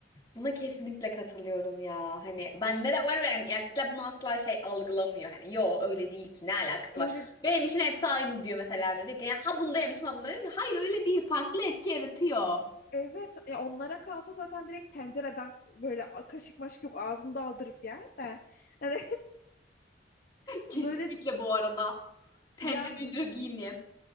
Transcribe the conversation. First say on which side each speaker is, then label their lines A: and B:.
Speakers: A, on the left (about 25°); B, on the left (about 50°).
A: Buna kesinlikle katılıyorum ya. Hani bende de var ve yani erkekler bunu asla şey algılamıyor. Hani yo öyle değil ki ne alakası
B: Öyle
A: var. Benim için hepsi aynı diyor mesela. Emre. Diyor ki ya, ha bunda yemişim ha bunda yemişim. Hayır öyle değil farklı etki yaratıyor.
B: evet ya onlara kalsa zaten direkt tencereden böyle kaşık maşık yok ağzında aldırıp yer de. Hani
A: <laughs>
B: <laughs>
A: Kesinlikle
B: böyle
A: bu arada. Tencereyi
B: ya
A: direkt yiyeyim diye.